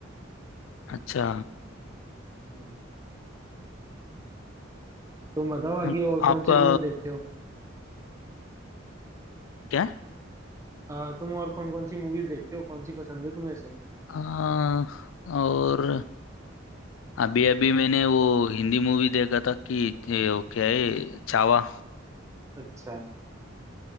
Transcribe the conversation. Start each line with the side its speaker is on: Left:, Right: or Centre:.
Left: अच्छा
Right: हाँ, तुम बताओ आगे
Left: हम-
Right: और कौन
Left: आपका
Right: सी तुम्हें देखते हो
Left: क्या
Right: आ, तुम और कौन कौन सी मूवीज देखते हो कौन सी पसंद है तुम्हें से
Left: अ, और अभी अभी मैंने वो हिंदी मूवी देखा था कि ये वो क्या है चावा
Right: अच्छा